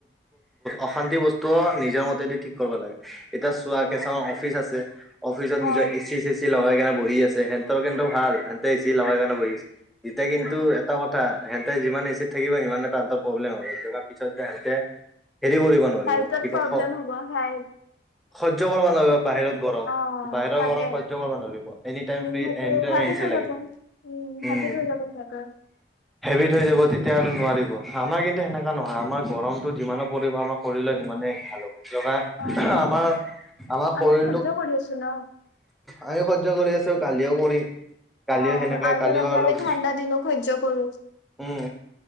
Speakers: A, in the centre; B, on the left.
A: অশান্তি বস্তু নিজৰ মতে দি ঠিক কৰিব লাগে এতিয়া চোৱা
B: অ,
A: কেচাৰ অফিচ আছে অফিচত
B: অ,
A: নিজৰ এ চি চেচি এ চি লগাই কাৰনে বহি আছে সেহতৰ কেন্তু ভাল হেহতে এ চি লগাই কাৰণে বহি আছে এতিয়া কিন্তু
B: অ,
A: এটা কথা সেহঁতে যিমান এচিত থাকিব সিমানে তাহাঁতৰ প্ৰব্লেম হ'বতি পিছত যে সহতে হেৰি কৰিব নোৱাৰিব
B: হেল্থত
A: কি
B: প্ৰব্লেম
A: কয়
B: হব হয়
A: সহ্য কৰিব নোৱাৰিব বাহিৰত গৰম
B: অ,
A: বাহিৰত
B: তাকে
A: গৰম সহ্য কৰিব নোৱাৰিব এনে
B: উম, সেইটো
A: এনিটাই
B: ভাবি
A: আহি
B: থৈ
A: লাগিব
B: যাব।
A: উম
B: ভাবি থৈ যাব সিহঁতে
A: হেভি থ হৈ যাব তেতিয়া আৰু নোৱাৰিব আমাৰ কিন্তু সেনেকা নহয় আমাৰ গৰমতটো যিমানো পৰিব আমাৰ শৰীৰ মানে ভাল হ'ব কিয়
B: অ, অ,
A: আমাৰ আমাৰ শৰীৰটোক
B: আমি সহ্য কৰি আছো ন।
A: আমিও সহ্য কৰি আছো কালিও কৰিম কালিও
B: অ,
A: সেনেকাই
B: আৰু
A: কালিও
B: যে লাগে
A: অলপ
B: আমি ঠাণ্ডা দিনো সহ্য কৰো।
A: উম